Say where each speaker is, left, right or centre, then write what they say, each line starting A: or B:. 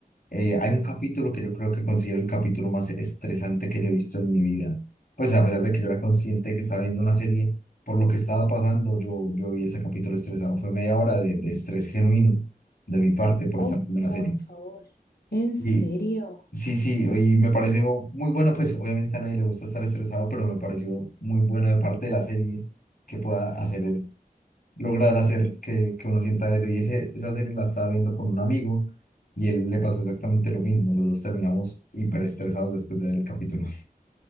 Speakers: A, on the left (about 65°); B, on the left (about 85°).
A: Eh, hay un capítulo que yo creo que considero el capítulo más estresante que yo he visto en mi vida. Pues a pesar de que yo era consciente de que estaba viendo una serie, por lo que estaba pasando, yo, yo vi ese capítulo estresado. Fue media hora de, de estrés genuino de mi parte por
B: Oh,
A: estar viendo una
B: por
A: serie.
B: favor. ¿En serio?
A: Y, Sí, sí, y me pareció muy bueno, pues obviamente a nadie le gusta estar estresado, pero me pareció muy bueno de parte de la serie que pueda hacer, lograr hacer que, que uno sienta eso. Y ese, esa serie la estaba viendo con un amigo y él le pasó exactamente lo mismo. Los dos terminamos hiperestresados después de ver el capítulo.